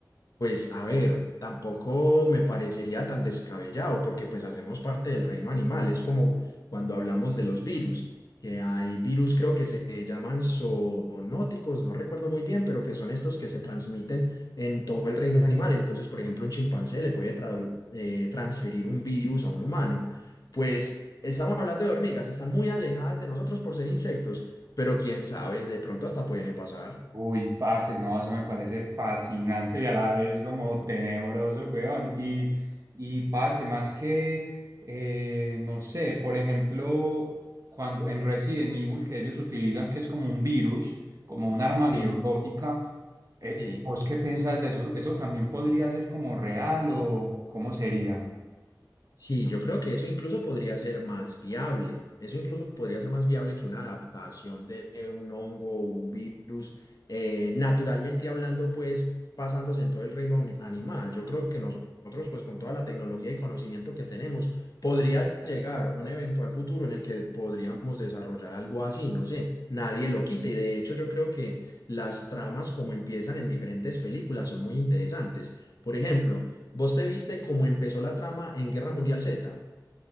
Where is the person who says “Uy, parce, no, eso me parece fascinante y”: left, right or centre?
Right